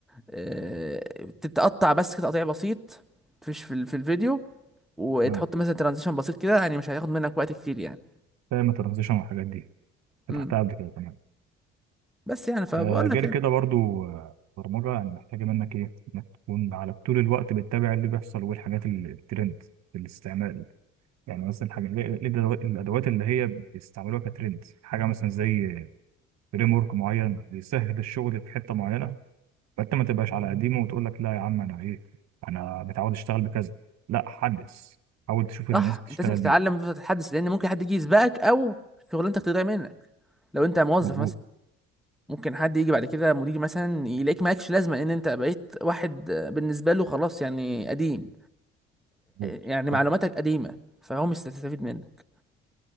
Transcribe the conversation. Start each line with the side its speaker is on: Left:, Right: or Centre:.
Centre: آه، تتقطع بس كده تقطيع بسيط فيش في ال- في الفيديو وتحط
Right: تمام
Centre: مثلا ترانزيشن بسيط كده يعني مش هياخد منك وقت كتير يعني
Right: فاهم الترانزيشن والحاجات دي
Centre: امم
Right: فتحتها قبل كده تمام
Centre: بس يعني فبقول
Right: آه، غير
Centre: لك يعني
Right: كده برضو آه، برمجة يعني محتاجة منك ايه انك تكون على طول الوقت بتتابع اللي بيحصل والحاجات ال- الترند في الاستعمال يعني مثلا حاجة إيه- إيه الأدوات الأدوات اللي هي بيستعملوها كترند حاجة مثلا زي فريم ورك معين بيسهل الشغل في حتة معينة فأنت ما تبقاش على قديمه وتقول لك لا يا عم أنا ايه أنا متعود أشتغل بكذا لا حدث حاول تشوف اللي
Centre: صح
Right: الناس بتشتغل
Centre: انت لازم تتعلم
Right: بيه
Centre: وتفضل تتحدث لان ممكن حد يجي يسبقك او شغلانتك تضيع منك لو انت موظف
Right: مظبوط
Centre: مثلا ممكن حد يجي بعد كده مدير مثلا يلاقيك مالكش لازمه لان انت بقيت واحد بالنسبه له خلاص يعني قديم
Right: مظبوط
Centre: يعني معلوماتك
Right: صح
Centre: قديمه فهو مش هتستفيد منك